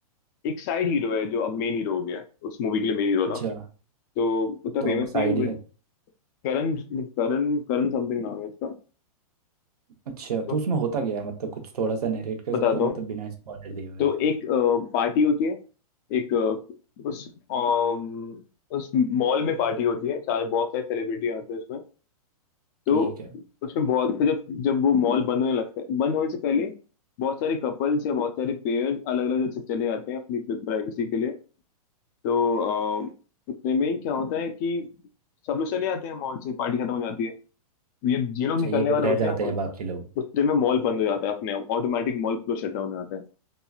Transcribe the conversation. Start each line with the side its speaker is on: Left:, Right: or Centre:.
Left: एक साइड हीरो है जो अब मेन हीरो हो गया है। उस मूवी के लिए मेन हीरो
Right: अच्छा
Left: था तो उतना
Right: तो
Left: फेमस
Right: अब साइड
Left: नहीं है but करण करण करण समथिंग नाम है इसका
Right: अच्छा
Left: तो
Right: तो उसमें होता क्या है मतलब कुछ थोड़ा सा नरेट कर
Left: बताता
Right: सकते हो
Left: हूँ
Right: मतलब बिना स्पॉइलर दिए हुए
Left: तो एक पार्टी होती है एक अ, उस अम, उस मॉल में पार्टी होती है सारे बहुत सारे सेलिब्रिटी आते हैं उसमें तो
Right: ठीक है
Left: उसमें बहुत फिर जब जब वो मॉल बंद होने लगता है बंद होने से पहले बहुत सारे कपल्स या बहुत सारे पेयर्स अलग अलग जगह चले जाते हैं अपनी प्राइवेसी के लिए तो अ, इतने में ही क्या होता है कि सब लोग चले जाते हैं मॉल से पार्टी खत्म हो जाती है ये ये लोग
Right: अच्छा
Left: निकलने
Right: ये लोग
Left: वाले होते
Right: रह जाते
Left: हैं उ-
Right: हैं बाकी लोग
Left: उतने में मॉल बंद हो जाता है अपने आप ऑटोमेटिक मॉल पूरा शट डाउन हो जाता है